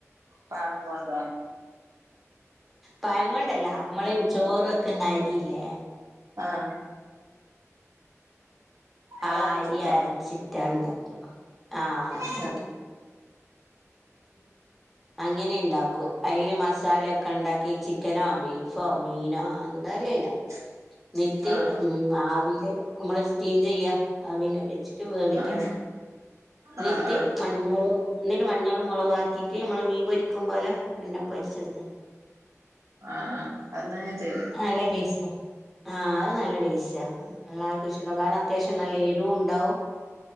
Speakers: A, on the right; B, in the centre.
A: പഴം കൊണ്ടോ
B: പയംണ്ടല്ല നമ്മള് ചോറൊക്കെന്ന അരിയില്ലേ
A: ആഹ് അത്
B: ആ
A: അരച്ചിട്ടോ
B: അരി അരച്ചിറ്റ ഇണ്ടാക ആഹ അരച്ചിറ്റ്
A: ആഹ് <inaudible>
B: അങ്ങനെ ഇണ്ടാക്കും അയില് മസാലൊക്കെ ഉണ്ടാക്കി ചിക്കനോ ബീഫോ മീനോ എന്തലുല്ല
A: <unintelligible>
B: നിട്ട്
A: ആഹ്
B: മ്മ് ആവില് മ്മള് സ്റ്റീം ചെയ്യാ ആവില് വെച്ചിട്ട് വേവിക്കാ
A: ആഹ്
B: നിട്ട്
A: ആഹ്
B: മഞ് വള്ളം ന്നേലുമഞ്ഞള് മൊളകുആക്കീട്ട് മ്മള് മീൻ പൊരിക്കുമ്പോലെ എണ്ണ പൊരിച്ചട്ക്ക
A: ആഹ് ആഹ് അത് ന്നാ ഞാചെയ്തു
B: നല്ല ടേസ്റ്റാ ആ അഅ് നല്ല ടേശ്ശാ എല്ലാർക്ക്ഇഷ്ടകാര അത്യാശ്യം നല്ല എരുവുണ്ടാവും